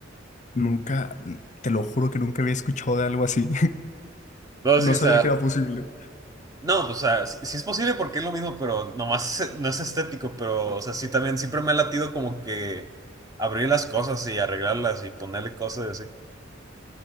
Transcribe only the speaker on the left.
Nunca, te lo juro que nunca había escuchado de algo así. <laughs>
No
sabía
que era posible.